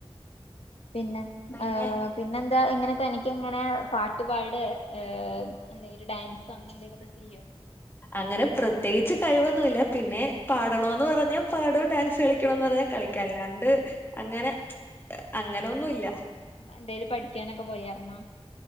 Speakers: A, on the left; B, on the left.
A: പിന്നെ
B: പിന്നെ
A: ആ പി പിന്നെന്താ ഇങ്ങനെ തനിക്ങ്ങനെ പാട്ട്പാടേ ഏഹ് എന്തങ്കിലും ഡാൻസ് സ് അങ്ങെ എന്തേലൊക്കെ ചെയ്യോ?
B: അങ്ങനെ പ്രത്യേകിച്ച് കഴിവൊന്നുല്ല പിന്നെ പാടണോന്ന് പറഞ്ഞാ പാടും ഡാൻസ് കളിക്കണംന്ന് പറഞ്ഞാ കളിക്കല്ലാണ്ട് അങ്ങനെ അങ്ങനെന്നുല്ല.
A: അപ്പൊ എന്തായാലും പഠിക്കാനൊക്കെ പോയർന്നോ?